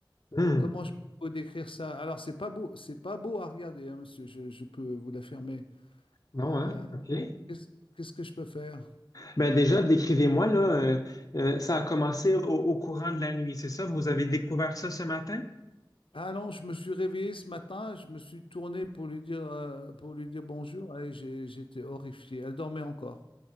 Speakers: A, on the left; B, on the left.
A: Euh,
B: Hmm,
A: comment je peux décrire ça? Alors, c'est pas beau, c'est pas beau à regarder, hein, monsieur, je, je peux vous l'affirmer.
B: Non,
A: Euh,
B: hein? OK.
A: qu'est-ce, qu'est-ce que je peux faire?
B: Ben déjà, décrivez-moi, là, euh, euh, ça a commencé au, au courant de la nuit, c'est ça? Vous avez découvert ça ce matin?
A: Ah non, je me suis réveillé ce matin, je me suis tourné pour lui dire, euh, pour lui dire bonjour et j'ai- j'étais horrifié. Elle dormait encore.